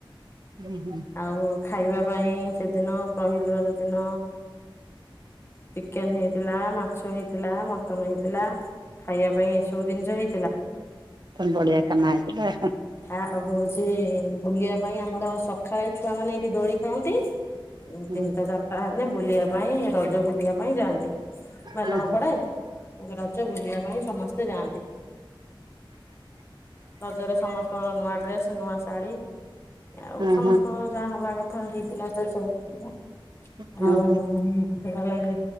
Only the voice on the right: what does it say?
ହୁଁ ହୁଁ
ତ ବଢ଼ିଆ ଖାନା ହୋଇଥିଲା।
ହୁଁ।
ହୁଁ ହୁଁ
ହୁଁ
ହୁଁ
ହୁଁ
ହୁଁ